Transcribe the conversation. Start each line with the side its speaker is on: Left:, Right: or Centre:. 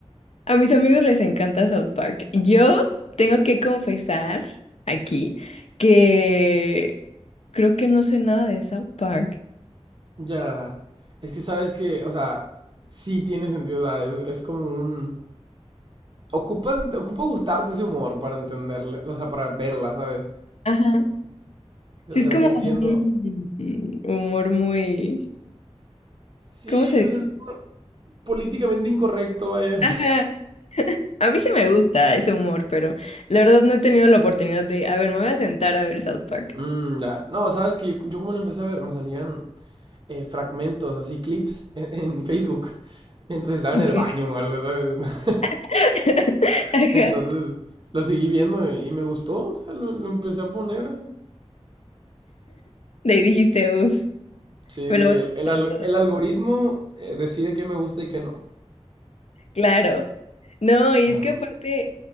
Left: A mis amigos les encanta South Park. Yo tengo que confesar aquí que creo que no sé nada de South Park.
Right: Ya. Es que sabes que, o sea, sí tiene sentido. O sea, es, es como un. Ocupas, ocupa gustarte ese humor para entenderla, o sea, para verla, ¿sabes?
Left: Ajá.
Right: O
Left: Sí,
Right: sea,
Left: es como
Right: sí entiendo.
Left: un humor muy...
Right: Sí,
Left: ¿Cómo se
Right: pues
Left: dice?
Right: es políticamente incorrecto, vaya.
Left: Ajá. A mí sí me gusta ese humor, pero la verdad no he tenido la oportunidad de... A ver, me voy a sentar a ver South Park.
Right: Mm, ya. No, sabes que yo, yo como lo empecé a ver, me salían eh, fragmentos, así clips <laughs> en, en, Facebook, mientras estaba en
Left: Ok.
Right: el baño o algo, ¿sabes? <laughs>
Left: <laughs> Ajá.
Right: Entonces lo seguí viendo y me gustó, o sea, lo, lo empecé a poner.
Left: De ahí dijiste, uff,
Right: Sí,
Left: me lo
Right: sí,
Left: voy
Right: el,
Left: a
Right: el,
Left: sentar
Right: al-
Left: todo.
Right: el algoritmo eh, decide qué me gusta y qué no.
Left: Claro. No, y
Right: Ajá.
Left: es que aparte...